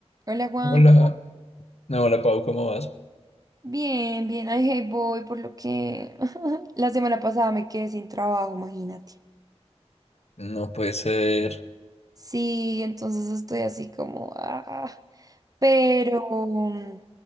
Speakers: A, on the right; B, on the left.
A: Hola Juanca,
B: Hola, no, hola Pau, ¿cómo vas?
A: bien, bien, ay, hey, voy por lo que <laughs> la semana pasada me quedé sin trabajo, imagínate.
B: No puede ser.
A: Sí, entonces estoy así como, ah, pero, mm,